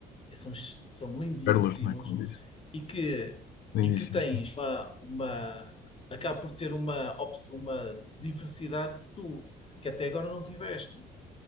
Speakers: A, on the left; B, on the left.
A: são, ex- são lindíssimos
B: pérolas, não é como disse,
A: e que,
B: lindíssimas,
A: e que tens uma, uma- acaba por ter uma, ops- uma diversidade que tu, que até agora não tiveste.